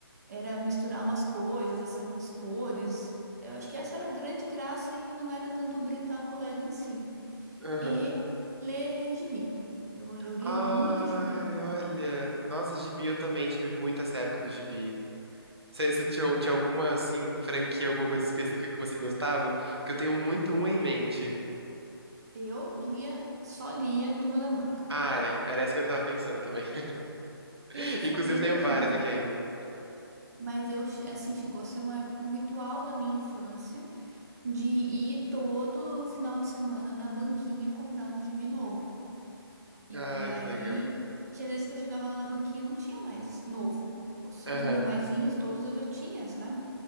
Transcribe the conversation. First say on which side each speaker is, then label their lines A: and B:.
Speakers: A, on the right; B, on the right.
A: era misturar umas coisas, assim, umas cores. Eu acho que essa era a grande graça e não era tanto brincar com o Lego em si
B: aham.
A: e ler gibi. Eu eu lia
B: Ai,
A: muito gibi.
B: olha. Nossa, Gibi, eu também tive muito essa época do Gibi. Você você tinha, tinha alguma, assim, franquia, alguma coisa específica que você gostava? Porque eu tenho muito uma em mente.
A: Eu lia, só lia Turma da Mônica.
B: Ah, é. Era essa que eu tava pensando também. <laughs>
A: Eu só
B: Inclusive,
A: lia Turma
B: tenho várias
A: da Mônica.
B: aqui ainda.
A: Mas eu, che- assim, chegou a ser uma época, um ritual da minha infância de ir todo final de semana na banquinha comprar um gibi novo. E
B: Ai,
A: aí,
B: que legal.
A: tinha vezes que eu chegava lá na banquinha, não tinha mais novo. Os,
B: Aham.
A: os normaizinhos todos eu já tinha, sabe?